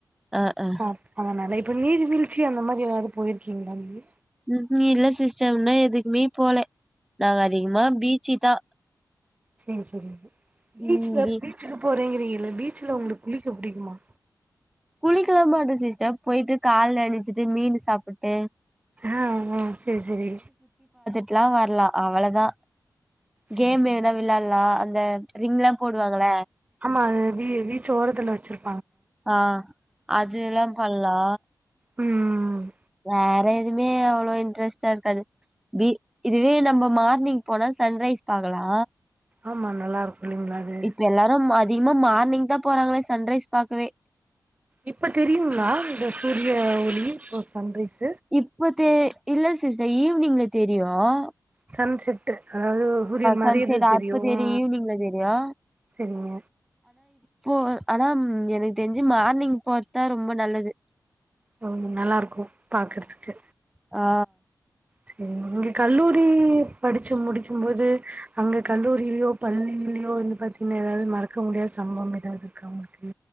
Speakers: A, in the centre; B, on the right (about 20°).
A: ஆ ஆ
B: அ அதனால இப்ப நீர்வீழ்ச்சி அந்த மாரி ஏதாது போய்ருக்கீங்களா நீங்க
A: ம்ஹீம் இல்ல சிஸ்டர் இன்னு எதுக்குமே போல நாங்க அதிகமா பீச்சு தா
B: சேரி சேரி பீச்சுல
A: ம் பீ
B: பீச்சுக்கு போறாங்கிறீங்க இந்த பீச்சுல உங்ளுக்கு குளிக்க முடியுமா
A: குளிக்கலா மாட்ட சிஸ்டர் போய்ட்டு கால் நணச்சிட்டு மீனு சாப்புட்டு
B: ஆ ஆ சேரி சேரி
A: ல்லா வரலா அவ்ளதா
B: செரி
A: கேம்
B: செரி
A: ஏதுனா விளாட்லா அந்த ரிங்லா போடுவாங்கள
B: ஆமா அது வீ பீச்சோரத்துல வச்சிருக்க
A: ஆ அது எல்லா பண்லா
B: ம்
A: வேற எதுவுமே அவ்ளோ இன்ட்ரெஸ்டா இருக்காது பி இதுவே நம்ம மார்னிங் போனா சன்ரைஸ் பாக்கலா
B: ஆமா நல்லா இருக்கு இல்லைங்களா அது
A: இப்ப எல்லாரு அதிகமா மார்னிங் தா போறாங்களே சன்ரைஸ் பாக்கவே
B: இப்ப தெரியுங்களா இந்த சூரிய ஒளி ஓ சன்ரைஸ்
A: இப்பத் தெ இல்ல சிஸ்டர் ஈவ்னிங்ல தெரியும்
B: சன் செட்டு <unintelligible> அதாவது சூரியன் மறையிது
A: சன்செட்
B: தெரியும்
A: அப்ப தெரியு ஈவினிங்ல தெரியு
B: செரிங்க
A: போ ஆனா எனக்கு தெருஞ்சு மார்னிங் பாத்தா ரொம்ப நல்லது
B: ரொம் நல்லாருக்கும் பாக்றதுக்கு
A: ஆ
B: சே இங்க கல்லூரி படிச்சு முடிக்கும் போது அங்க கல்லூரிலியோ பள்ளிலியோ வந்து பாத்தினா எதாவது மறக்க முடியாத சம்பவம் எதாவதுருக்கா உங்களுக்கு